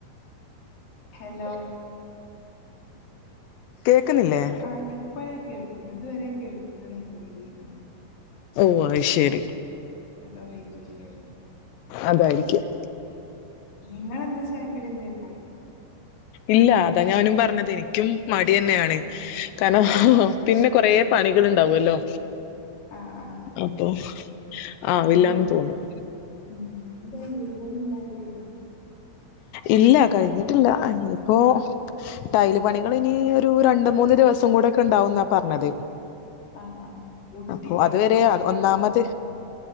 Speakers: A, on the left; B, on the left.
A: ഹെലോ
B: കേക്കുന്നില്ലേ
A: കേക്ക്ണില്ലേ ആഹ് ഇപ്പഴാ കേൾക്ക്ന്നേ ഇതുവരെ കേൾക്ക്ണ്‌ല്ലേനി
B: ഓഹ് അത് ശെരി
A: എന്തോ റെയ്ഞ്ചിഷ്യൂ ആയി
B: അതായിരിക്കും
A: ഇങ്ങെളെന്താ ചായക്കടി എന്തേ ഇണ്ടാ
B: ഇല്ല അതാ ഞാനും പറഞ്ഞത് ഇക്ക്യും മടിന്നെയാണ് കാരണം പിന്നെ കൊറെ പണികള്ണ്ടാവൊല്ലോ
A: ആ ആ
B: അപ്പൊ ആവില്ലാന്ന്
A: അതാണ്
B: തോന്നും
A: ഉം എന്തായി വീട് പണി എന്തായി കയിഞ്ഞോ?
B: ഇല്ല കഴിഞ്ഞിട്ടില്ല ആഹ് ഇഞ്ഞ്പ്പോ ടൈല് പണികള് ഇനി ഒരു രണ്ട് മൂന്ന് ദിവസം കൂടെക്കെ ഇണ്ടാവുന്നാ പറഞ്ഞത്
A: ആ ആ പൊട്ടിയിട
B: അപ്പൊ അതുവരെ
A: അങ്ങനത്തെ
B: അത്
A: സംഭവം
B: ഒന്നാമത്